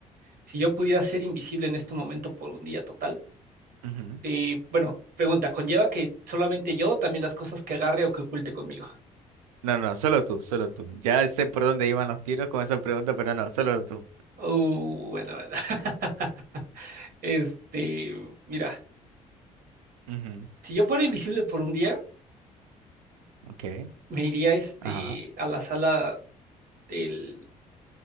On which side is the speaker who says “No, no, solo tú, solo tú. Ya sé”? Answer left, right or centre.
Right